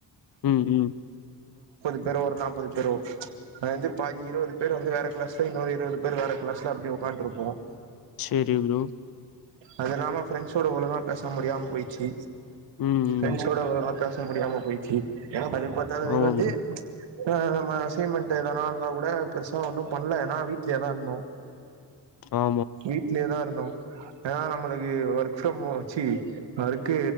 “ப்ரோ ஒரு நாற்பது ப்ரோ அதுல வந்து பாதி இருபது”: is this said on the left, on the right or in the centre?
Right